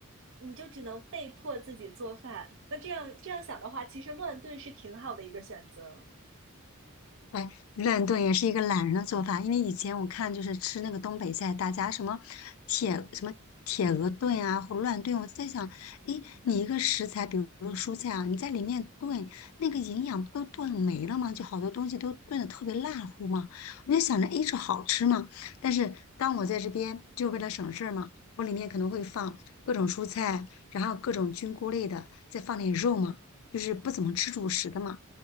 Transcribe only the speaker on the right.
你就只能被迫自己做饭。那这样这样想的话，其实乱炖是挺好的一个选择。